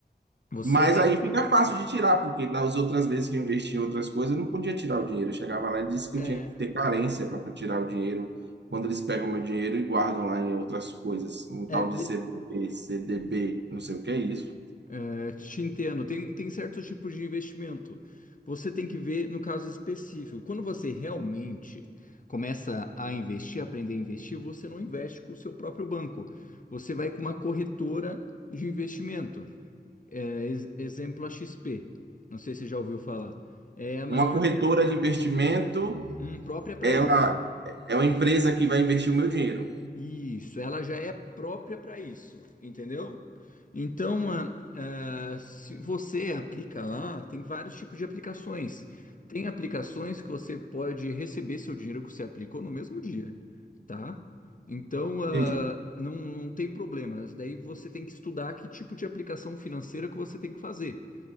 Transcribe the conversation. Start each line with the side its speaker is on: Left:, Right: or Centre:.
Left: Você
Right: Mas
Left: tem.
Right: aí fica fácil de tirar, porque das outras vezes que eu investi em outras coisas, eu não podia tirar o dinheiro. Eu chegava lá e disse que
Left: é,
Right: eu tinha que ter carência para tirar o dinheiro. Quando eles pegam meu dinheiro e guardam lá em outras coisas, um
Left: É,
Right: tal
Left: de-
Right: de CDB, CDB, não sei o que é isso.
Left: é, te entendo. Tem, tem certos tipos de investimento. Você tem que ver no caso específico. Quando você realmente começa a investir, aprender a investir, você não investe com o seu próprio banco. Você vai com uma corretora de investimento. É, ex- exemplo, a XP. Não sei se você já ouviu falar. É a maior,
Right: Uma corretora de investimento,
Left: hum, própria para
Right: ela
Left: isso.
Right: é uma empresa que vai investir o meu dinheiro.
Left: Isso, ela já é própria para isso, entendeu? Então, ah, ah, se você aplica lá, tem vários tipos de aplicações. Tem aplicações que você pode receber seu dinheiro que você aplicou no mesmo dia, tá? Então,
Right: Entendi.
Left: ah, não, não tem problema. Daí você tem que estudar que tipo de aplicação financeira que você tem que fazer.